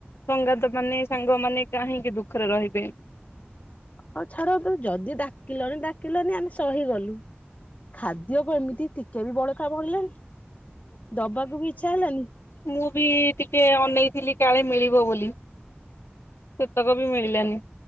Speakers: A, on the left; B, on the left.
A: ସଂଙ୍ଗାତ ମାନେ ସାଙ୍ଗ ମାନେ କାହିଁକି ଦୁଃଖରେ ରହିବେ।
B: ହଉ ଛାଡ ଯଦି ଡାକିଲଣି ଡାକିଲନି ଆମେ ସହିଗଲୁ। ଖାଦ୍ୟ କୁ ଏମିତି ଟିକେ ବି ବଳକାା ବଳିଲାନି ଦବାକୁ ବି ଇଚ୍ଛା ହେଲାନି।
A: ମୁଁ ବି ଟିକେ ଅନେଇଥିଲି କାଳେ ମିଳିବ ବୋଲି। ସେତକ ବି ମିଳିଲାନି।